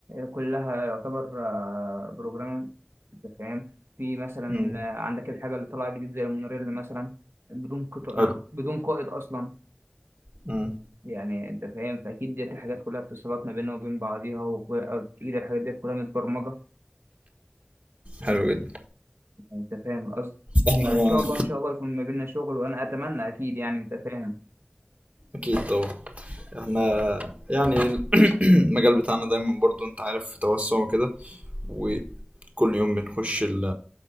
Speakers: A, on the right; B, on the right.
A: كلها يعتبر آه، بروجرام انت فاهم في مثلا
B: مم.
A: آه، عندك الحاجه اللي طالعه جديد زي المونوريل مثلا بدون قط...
B: حلو
A: بدون قائد اصلا
B: مم.
A: يعني انت فاهم فاكيد ديت الحاجات كلها اتصالات ما بيننا وبين بعضيها واكيد الحاجات ديت كلها متبرمجه
B: حلو جدا
A: انت فاهم القصد
B: احنا
A: فان
B: يعني
A: شاء الله ان شاء الله يكون ما بيننا شغل وانا اتمنى اكيد يعني انت فاهم
B: اكيد طبعا احنا يعني ال- <clears throat> المجال بتاعنا دايما برضو انت عارف في توسع وكده وكل يوم بنخش ال